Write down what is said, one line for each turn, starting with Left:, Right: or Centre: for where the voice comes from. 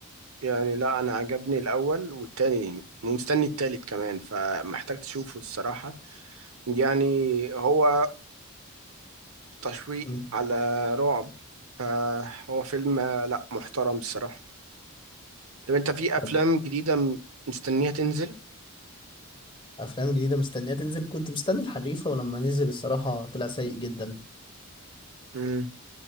Right: يعني لا انا عجبني الاول والتاني ومستني التالت كمان فمحتاج تشوفه الصراحة يعني هو تشويق
Left: مم.
Right: على رعب فهو فيلم آه، لا محترم الصراحة طب انت في افلام
Left: طب
Right: جديدة م- مستنيها تنزل
Left: افلام جديده مستنيه تنزل كنت مستني الحريفه ولما نزل الصراحه طلع سيء جدا
Right: مم.